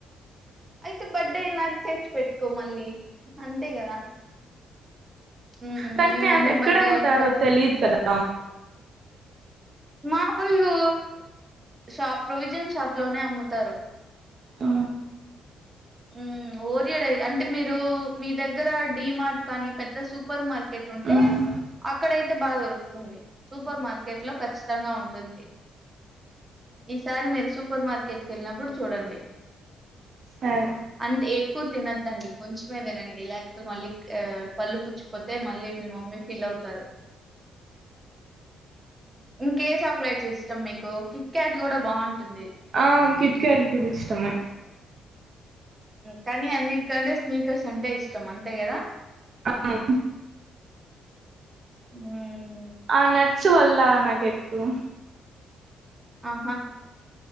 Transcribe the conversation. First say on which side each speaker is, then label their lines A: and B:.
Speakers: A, on the right; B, on the right.
A: అయితే బర్త్డే అయినాక తెచ్చి పెట్టుకో మళ్ళీ అంతే కదా హ్మ్
B: తన్ని
A: మీ మమ్మీ
B: అది ఎక్కడ
A: బర్త్డే
B: అమ్ముతారో
A: అయిన తర్వాత
B: తెలిదు కదా
A: మామూలుు షాప్ ప్రొవిజన్ షాప్ లోనే అమ్ముతారు
B: ఆ
A: ఉమ్ ఓరియో రైరు అంటే మీరు మీ దగ్గర డి మార్ట్ కానీ పెద్ద సూపర్ మార్కెట్ ఉంటే
B: మ్
A: అక్కడై తే బాగా దొరుకుతుంది సూపర్ మార్కెట్ లో ఖచ్చి తంగా ఉంటుంది ఇస్ తారి మీరు సూపర్ మార్కెట్ కెళ్ళినప్పుడు చూడండి
B: సరే
A: అంత్ ఎక్కువ తినద్దండి కొంచెమే తినండి లేకపోతే మళ్ళీ ఆ పళ్ళు పుచ్చిపోతే మళ్ళీ మీ మమ్మీ ఫీల్ అవుతారు ఇంకే చాక్లెట్స్ ఇస్ ఇష్టం మీకు కిక్ క్యాట్ కూడా బాగుంటుంది
B: ఆ కిట్కాట్ కూడ ఇష్టమే
A: కానీ అన్నిటికంటే స్నీకర్స్ అంటే ఇష్టం అంతే కదా
B: అవు
A: హూ మ్
B: ఆ నచ్చు వల్ల నాగెక్కు
A: ఆహా